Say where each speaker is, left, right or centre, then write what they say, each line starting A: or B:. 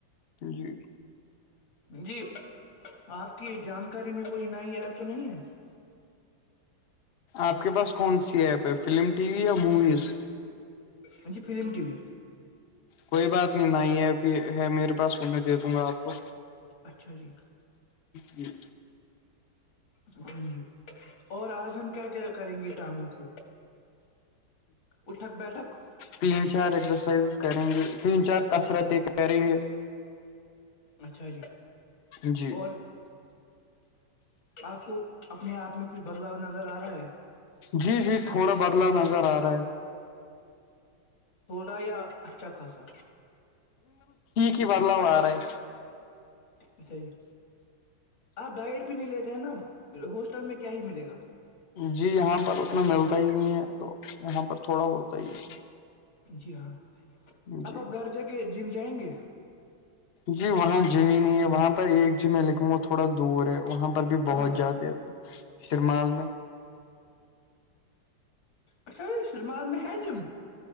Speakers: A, on the left; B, on the left.
A: جی
B: جی آپ کی جانکاری میں کوئی نئی ایپ تو نہیں ہے
A: آپ کے پاس کون سی ایپ ہے فلم ٹی وی یا موویز
B: م جی فلم ٹی وی
A: کوئی بات نہیں ن ہے اب ہے میرے پاس س میں دے دوں گا آپ کو
B: اچھا جی
A: جی
B: اورو اور آج ہم کیا کیا کریں گے ٹانگوں کو اٹھک بیٹھک
A: تین چار ایگزرسائزز کریں گے تین چار کثرت ایک کریں گے
B: اچھا جی
A: جی
B: اور آپ کو اپنے آپ میں کچھ بدلاؤ نظر آ رہا ہے
A: جی جی تھوڑا بدلا نظر آ رہا ہے
B: تھوڑا یا اچھا خاصا
A: کی بدلاؤ آ رہا ہے
B: اچھا آپ ڈائٹ نہیں لیتے ہیں نا ہوسٹل میں کیا ہی ملے گا
A: جی یہاں پر اس میں ملتا ہی نہیں ہے تو یہاں پر تھوڑا ہوتا ہی ہے
B: جی ہاں
A: جی
B: آپ اپ گھر جا کے جم جائیں گے
A: جی وہاں زمین ہے وہاں پرہ ایک میں لکھوں وہ تھوڑا دور ہے وہاں بھی
B: کہاں
A: بہت
B: پر
A: جاتے ہیں تو شرمال میں
B: اچھا یہ شرمال مہاجم